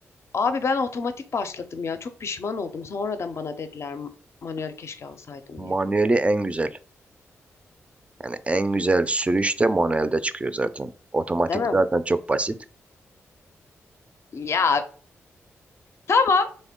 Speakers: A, on the left; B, on the right.
A: Abi ben otomatik başladım ya. Çok pişman oldum. Sonradan bana dediler manuel keşke alsaydım diye.
B: Manueli en güzel. Yani en güzel sürüş de manuelde çıkıyor zaten. Otomatik
A: Değil mi?
B: zaten çok basit.
A: Ya tamam